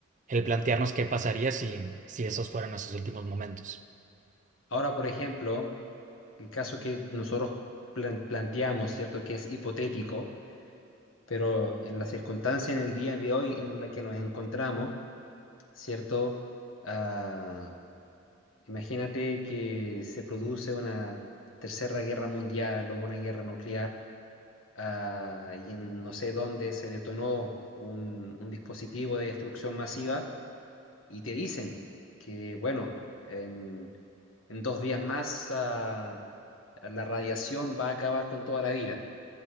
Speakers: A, on the right; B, on the left.
A: el plantearnos qué pasaría si, si esos fueran nuestros últimos momentos.
B: Ahora, por ejemplo, el caso que nosotros plan- planteamos, ¿cierto? Que es hipotético, pero en la circunstancia, en el día de hoy en la que nos encontramos, ¿cierto? Ah, Imagínate que se produce una tercera guerra mundial o una guerra nuclear, ah, y en no sé dónde se detonó un, un dispositivo de destrucción masiva y te dicen que, bueno, en, en dos días más, ah, la radiación va a acabar con toda la vida.